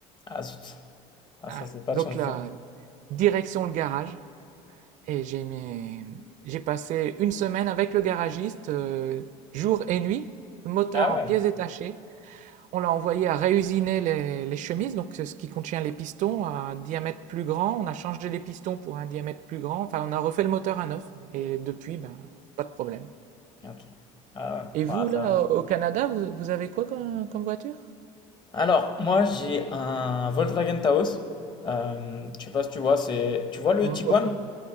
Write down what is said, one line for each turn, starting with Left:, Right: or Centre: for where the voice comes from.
Left: Ah zut. Ah
Right: Ah,
Left: ça c'est pas
Right: donc
Left: de chance
Right: là,
Left: ça.
Right: direction le garage et j'ai mes- j'ai passé une semaine avec le garagiste, euh, jour et nuit, moteur
Left: Ah ouais.
Right: en pièces détachées. On l'a envoyé à réusiner les, les chemises, donc ce qui contient les pistons, à un diamètre plus grand. On a changé les pistons pour un diamètre plus grand. Enfin, on a refait le moteur à neuf. Et depuis, ben, pas de problème.
Left: Ok. Ah ouais.
Right: Et vous,
Left: Ouais,
Right: là,
Left: ça va.
Right: au Canada, vous, vous avez quoi comme, comme voiture?
Left: Alors, moi, j'ai un Volkswagen Taos. Euh, je sais pas si tu vois, c'est, tu vois le
Right: Non,
Left: Tiguan?
Right: je vois pas.